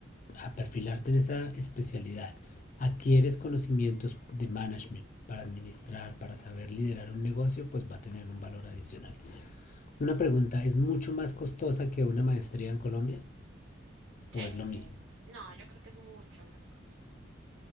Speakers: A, on the left; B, on the right.
A: a perfilarte en esa especialidad, adquieres conocimientos de management para administrar, para saber liderar un negocio, pues va a tener un valor adicional. Una pregunta, ¿es mucho más costosa que una maestría en Colombia
B: Sí.
A: o es lo mismo?
B: No, yo creo que es mucho más costosa.